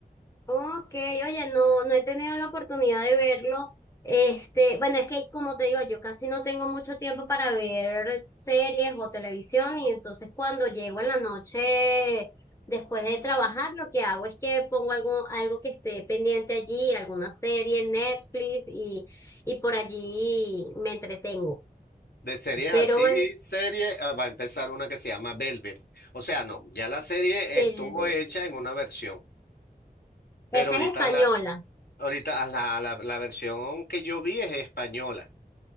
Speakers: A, on the left; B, on the left.
A: Ok, oye, no, no he tenido la oportunidad de verlo. Este, bueno, es que como te digo, yo casi no tengo mucho tiempo para ver series o televisión y entonces cuando llego en la noche después de trabajar, lo que hago es que pongo algo, algo que esté pendiente allí, alguna serie en Netflix y, y por allí me entretengo.
B: De series
A: Pero
B: así,
A: bueno,
B: serie, ah, va a empezar una que se llama Velvet. O sea, no, ya la serie
A: el-
B: estuvo hecha en una versión,
A: esa
B: pero ahorita
A: es española.
B: la, ahorita ah, la, la la versión que yo vi es española